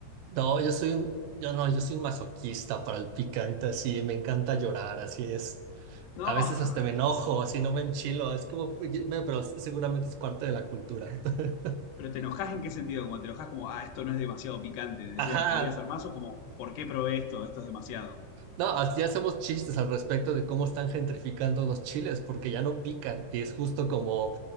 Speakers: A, on the right (about 80°); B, on the left (about 80°).
A: No, yo soy un, yo no, yo soy un masoquista para el picante, así, me encanta llorar, así es.
B: No,
A: A veces hasta me enojo, así no me enchilo, es como, pero seguramente es parte de la cultura. <laughs>
B: Pero te enojas en qué sentido, como te enojas como, ah, esto no es demasiado picante, decía,
A: Ajá.
B: debería ser más, o como, ¿por qué probé esto? Esto es demasiado.
A: No, as- ya hacemos chistes al respecto de cómo están gentrificando los chiles, porque ya no pican. Y es justo como